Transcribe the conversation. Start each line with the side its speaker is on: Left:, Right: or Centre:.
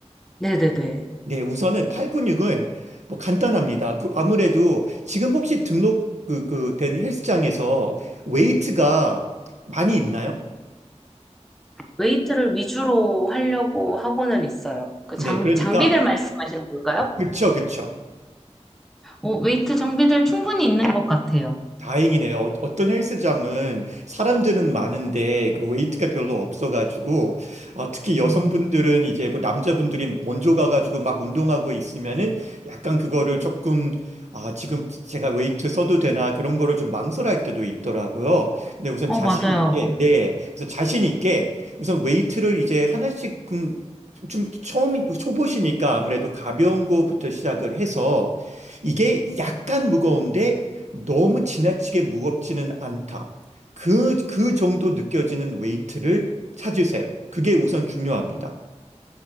Centre: 네네네.
Right: 네, 우선은 팔근육은 뭐 간단합니다. 그 아무래도 지금 혹시 등록 그, 그 된 헬스장에서 웨이트가 많이 있나요?
Centre: 웨이트를 위주로 하려고 하고는 있어요. 그
Right: 네,
Centre: 장,
Right: 그러니까
Centre: 장비들 말씀하시는 걸까요?
Right: 그쵸, 그쵸.
Centre: 어, 웨이트 장비들 충분히 있는 것 같아요.
Right: 다행이네요. 어- 어떤 헬스장은 사람들은 많은데 그 웨이트가 별로 없어가지고 어, 특히 여성분들은
Centre: 아,
Right: 이제 뭐 남자분들이 먼저 가가지고 막 운동하고 있으면은 약간 그거를 조금 아 지금 제가 웨이트 써도 되나 그런 거를 좀 망설일 때도 있더라고요. 근데 우선
Centre: 어,
Right: 자신
Centre: 맞아요.
Right: 있게 네 그래서 자신 있게 우선 웨이트를 이제 하나씩 좀, 좀 처음 초보시니까 아무래도 가벼운 거부터 시작을 해서 이게 약간 무거운데 너무 지나치게 무겁지는 않다. 그, 그 정도 느껴지는 웨이트를 찾으세요. 그게 우선 중요합니다.